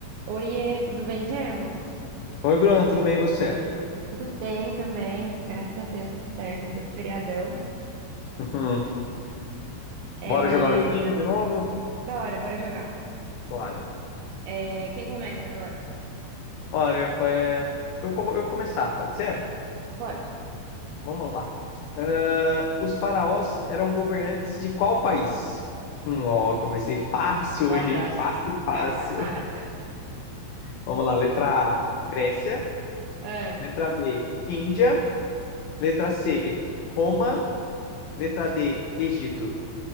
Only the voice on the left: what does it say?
Oi, Bruna, tudo bem e você?
Uhum.
Bora jogar um joguinho de novo?
Bora.
Olha, eu, é, eu, co- eu vou começar, pode ser?
Vamos lá. Ah, os faraós eram governantes de qual país? Hum, ó, comecei fácil
hoje, hein?
Fácil, fácil.
Vamos lá, letra A, Grécia.
Letra B, Índia. Letra C, Roma. Letra D, Egito.